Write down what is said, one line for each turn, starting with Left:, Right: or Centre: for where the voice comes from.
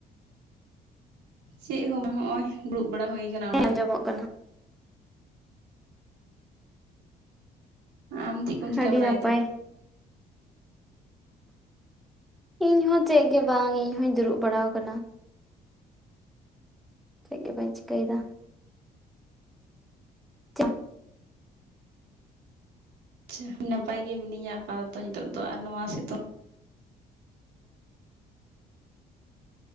Right: ᱪᱮᱫ ᱦᱚᱸ ᱵᱟᱝ ᱱᱚᱜᱼᱚᱭ ᱫᱩᱲᱩᱵ ᱵᱟᱲᱟ ᱦᱩᱭ ᱠᱟᱱᱟ ᱚᱲᱟᱜ
Centre: ᱟᱸᱡᱚᱢᱚᱜ
Right: ᱨᱮ
Centre: ᱠᱟᱱᱟ
Right: ᱟᱢ ᱪᱮᱫ ᱠᱚᱢ ᱪᱤᱠᱟᱹ
Centre: ᱟᱹᱰᱤ
Right: ᱵᱟᱲᱟᱭᱮᱫᱟ
Centre: ᱱᱟᱯᱟᱭ ᱤᱧ ᱦᱚᱸ ᱪᱮᱫ ᱜᱮ ᱵᱟᱝ ᱤᱧ ᱦᱚᱧ ᱫᱩᱲᱩᱵ ᱵᱟᱲᱟᱟᱣ ᱟᱠᱟᱱᱟ ᱪᱮᱫ ᱜᱮ ᱵᱟᱹᱧ ᱪᱤᱠᱟᱹᱭᱮᱫᱟ <unintelligible> ᱪ
Right: ᱟᱪᱪᱷᱟ ᱱᱟᱯᱟᱭ ᱜᱮ ᱢᱤᱱᱟᱹᱧᱟ ᱟᱯᱟᱛᱚᱛᱚ ᱱᱤᱛᱚᱜ ᱫᱚ ᱟᱨ ᱱᱚᱣᱟ ᱥᱤᱛᱩᱝ